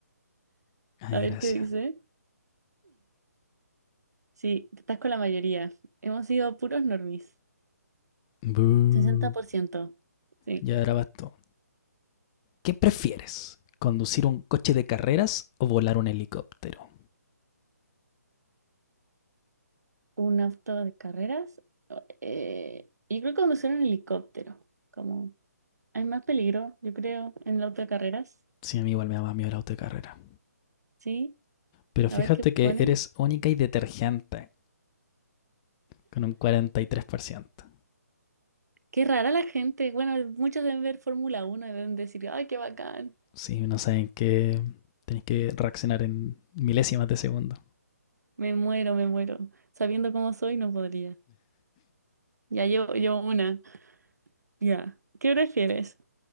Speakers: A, on the left; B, on the right.
A: Ay,
B: A ver
A: gracias.
B: qué dice. Sí, estás con la mayoría. Hemos sido puros normies.
A: Bú.
B: sesenta por ciento. Sí.
A: Ya ahora bastó. ¿Qué prefieres? ¿Conducir un coche de carreras o volar un helicóptero?
B: Un auto de carreras. o- eh, yo creo que conducir un helicóptero. Como hay más peligro, yo creo, en el auto de carreras.
A: Sí, a mí igual me daba miedo el auto de carrera.
B: Sí,
A: Pero fíjate
B: a ver qué ponen.
A: que eres única y detergente. con un 43%.
B: Qué rara la gente. Bueno, muchos deben ver Fórmula Uno y deben decir, ay, qué bacán.
A: Si no saben que tenéis que reaccionar en milésimas de segundo.
B: Me muero, me muero. Sabiendo cómo soy, no podría. Ya llevo, llevo una. Ya. ¿Qué prefieres?